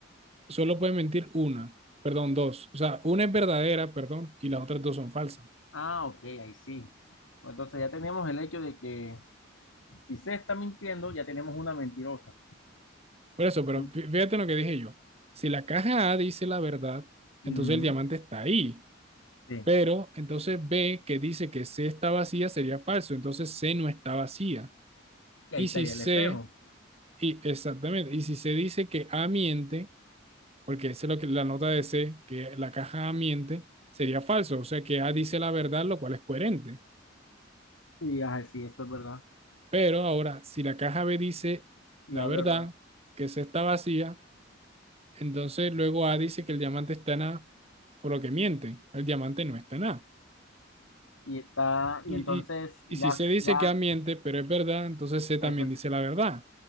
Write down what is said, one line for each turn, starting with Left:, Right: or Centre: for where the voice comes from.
Right: Solo puede mentir una, perdón, dos. O sea, una es verdadera, perdón, y las otras dos son falsas.
Left: Ah, ok, ahí sí. Entonces ya tenemos el hecho de que si C está mintiendo, ya tenemos una mentirosa.
Right: Por eso, pero
Left: En-
Right: fí- fíjate en lo que dije yo. Si la caja A dice la verdad, entonces
Left: ujú.
Right: el diamante está ahí.
Left: Sí,
Right: Pero entonces B, que dice que C está vacía, sería falso. Entonces C no está vacía.
Left: y
Right: Y
Left: ahí estaría
Right: si C,
Left: el espejo.
Right: y exactamente, y si C dice que A miente, porque esa es lo que la nota de C, que la caja A miente, sería falso. O sea que A dice la verdad, lo cual es coherente.
Left: Y ajá, sí, eso es verdad,
Right: Pero ahora, si la caja B dice
Left: la
Right: la verdad,
Left: verdad.
Right: que C está vacía, entonces luego A dice que el diamante está en A por lo que mienten. El diamante no está en A.
Left: Y está,
Right: Y,
Left: y entonces
Right: y, y
Left: ya,
Right: si se dice
Left: ya,
Right: que A miente, pero es verdad, entonces C también
Left: entonces,
Right: dice la verdad.